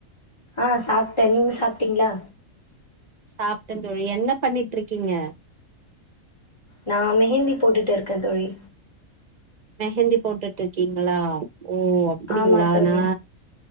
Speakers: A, on the left; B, on the right.
A: ஆஹ் சாப்ட்ட நீங்க சாப்ட்டீங்களா
B: சாப்ட்ட தோழி என்ன பண்ணிட்ருக்கீங்க
A: நான் மெஹந்தி போட்டுட்டு இருக்க தோழி
B: மெஹந்தி போட்டுட்டு இருக்கீங்களா ஓ அப்டிங்களா
A: ஆமா தோழி
B: நா